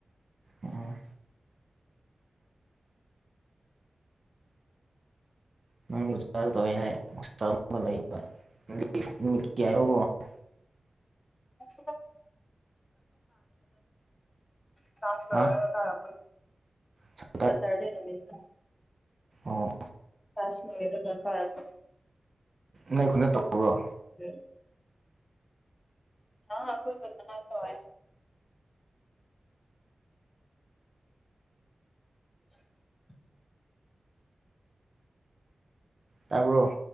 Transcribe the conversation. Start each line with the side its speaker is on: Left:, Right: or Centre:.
Right: ꯎꯝ ꯅꯪꯒꯤꯥꯒ ꯇꯧꯕ ꯌꯥꯏ ꯂꯩꯕ <unintelligible>
Left: <unintelligible> ꯁꯥꯥꯁꯒꯔꯒ
Right: ꯍꯥ
Left: ꯀ
Right: ꯁꯦꯇꯔꯗꯦ
Left: ꯁꯇꯔꯗꯦ ꯅꯨꯃꯤꯠ ꯎꯝ
Right: ꯑꯣ
Left: ꯀꯥꯂꯁ ꯂꯣꯏꯔꯒ ꯀꯔꯛꯄ
Right: ꯅꯣꯏ ꯈꯨꯟꯗ ꯇ꯭ꯧꯕꯔꯣ
Left: <unintelligible> ꯍꯥꯥ ꯑꯩꯈꯣꯏ ꯈꯨꯟ ꯃꯅꯥꯛꯇ ꯇꯧꯋꯦ <inaudible>
Right: ꯇꯥꯔꯕꯣ